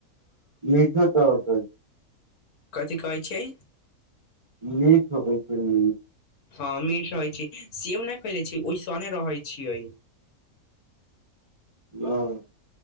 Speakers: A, on the right; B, on the left.
A: मीठो त होयते
B: कथी कहै छियै
A: नीक होई छैय नीक
B: हँ मीठ रहैत छै सेब नहि खै लै छै ओहिसने रहै छियै
A: हँ